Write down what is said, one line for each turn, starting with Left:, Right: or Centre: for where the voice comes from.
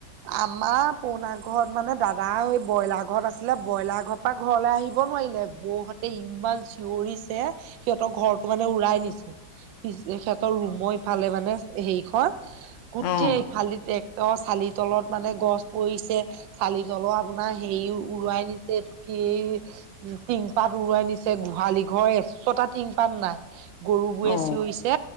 Right: আমাৰ পনা- ঘৰত মানে দাদা ব্ৰইলাৰ ঘৰত আছিলে ব্ৰইলাৰ ঘৰৰ পৰা ঘৰলৈ আহিব নোৱাৰিলে। বৌ- তে ইমান চিঞৰিছে সিহঁতৰ ঘৰটো মানে উৰাই নিছে। সিহঁতৰ ৰুম ইফালে মানে হেৰিখন গোটেই
Left: অ অ
Right: ইফালে দি- তেওঁ চালি তলত মানে গছ পৰিছে। চালি জলোৱা আপোনাৰ হেৰি উৰুৱাই নিছে। এইটো কি এই- টিং পাত উৰুৱাই নিছে, গোহালি ঘৰ এচটা টিং পাত নাই। গৰু বোৰে
Left: অ
Right: চিঞৰিছে,